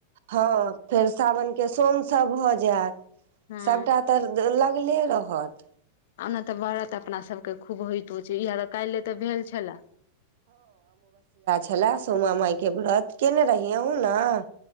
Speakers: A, on the right; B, on the left.
A: हँ फेर साावनके सोम सब भऽ जैत
B: हँ
A: सबटा तऽ लगले रहत।
B: आना तऽ भ जैत अपना सबके खूब होइत होइत चिड़िया तऽ काइले तऽ भेल छेले
A: हेलो, सोमा मइ। के व्रत केने रहि अहू न।